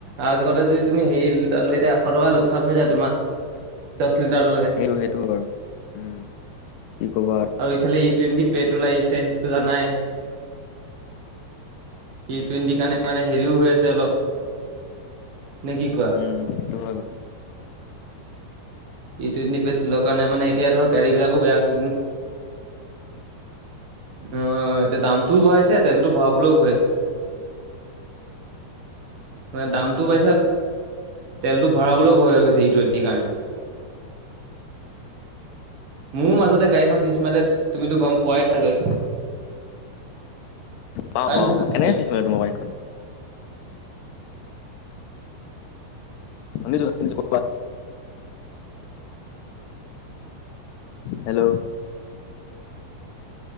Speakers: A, on the right; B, on the left.
A: আৰুজগতে যদি তুমি হেৰি লিটাৰ লৈ এতিয়া এশ টকা লোকচান হৈ যায় তোমাৰ দহ লিটাৰ ল'লে।
B: সেই সেইটো আৰু উমঁ।। কি ক'ব
A: আৰু ইফালে ই টুৱেণ্টি পে টো লাগিছে সেইটোতটো জানাই। টি টুৱেণ্টিৰ কাৰণে মানে হেৰিও হৈ আছে অলপ। নে কি কোৱা
B: উমঁ সেইটো হয় বাৰু।
A: ই টুৱেণ্টে তলৰ কাৰণ মানে এতিয়া ধৰ গাড়ীবিলাকো বেয়া হৈছে মোৰ। অঁ এতিয়া দামটোও বঢ়াইছে তেল ভয়াৱলৈভয় মানে দাম- টো পাইছ তেলতটো ভৰাবলৈও ভয় হৈ গৈছে ই টুৱেলটো কাৰণে। মোৰ মাজতে গাড়ীখন চিচ মাৰিলে তুমিতো গম পোৱাই চাগৈ।
B: পাওঁ
A: হয়
B: পাওঁ
A: নে নহয়
B: কেনেকে চিচ মাৰিলে তোমাৰ বাইক খন শুনিছো শুনিছো কোৱা। হেলৌ।